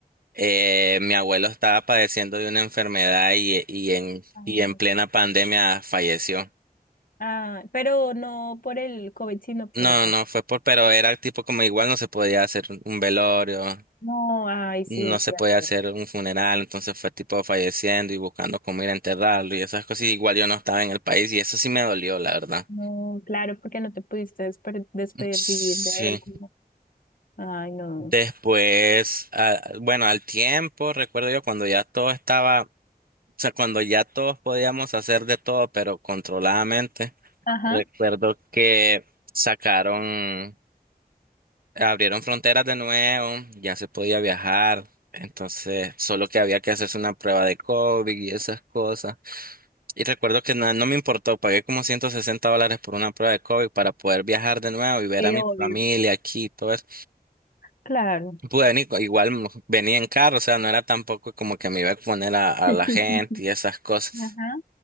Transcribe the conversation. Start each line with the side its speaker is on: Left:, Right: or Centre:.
Right: eh, mi abuelo estaba padeciendo de una enfermedad y, y en,
Left: Ah,
Right: y en plena pandemia falleció.
Left: Ah, pero no por el COVID, sino por
Right: No,
Left: otra
Right: no
Left: cosa.
Right: fue por, pero era tipo como igual no se podía hacer un un velorio,
Left: No, ay, sí,
Right: no
Left: es
Right: se
Left: cierto.
Right: podía hacer un funeral, entonces fue tipo falleciendo y buscando cómo ir a enterrarlo y esas cosas. y Igual yo no estaba en el país y eso sí me dolió, la verdad.
Left: No, claro, porque no te pudiste desper- despedir
Right: Sí.
Left: de él. como- Ay, no.
Right: Después, ah, bueno, al tiempo, recuerdo yo cuando ya todo estaba, o sea, cuando ya todos podíamos hacer de todo, pero controladamente.
Left: Ajá,
Right: Recuerdo que sacaron. Abrieron fronteras de nuevo, ya se podía viajar, entonces solo que había que hacerse una prueba de COVID y esas cosas. Y recuerdo que no, no me importó, pagué como 160 dólares por una prueba de COVID para poder viajar de nuevo y ver
Left: Te
Right: a mi
Left: odio.
Right: familia aquí y todo eso.
Left: claro.
Right: Pude venir, co- igual m- venía en carro, o sea, no era tampoco como que me iba a exponer a,
Left: <laughs>
Right: a la gente y esas cosas.
Left: Ajá.